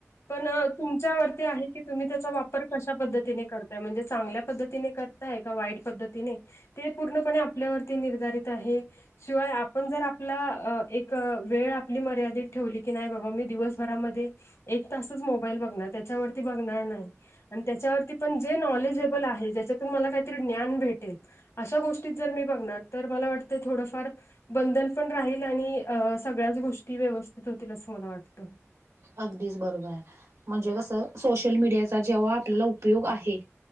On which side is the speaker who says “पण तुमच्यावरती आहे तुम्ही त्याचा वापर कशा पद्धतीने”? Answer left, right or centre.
Left